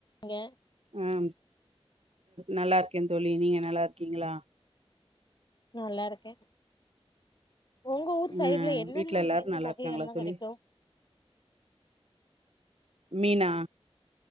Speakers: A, on the left; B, on the right.
A: ங்க
B: ஆ நல்லாருக்கேன் தோழி நீங்க நல்லாருக்கீங்களா
A: நல்லாருக்கே ஒங்க ஊர் சைடுல
B: ஆ
A: என்னெல்ல
B: வீட்ல எல்லாரு
A: மீன்
B: நல்லா
A: வகைகள்லா
B: இருக்காங்களா தோழி
A: கெடைக்கும்
B: மீனா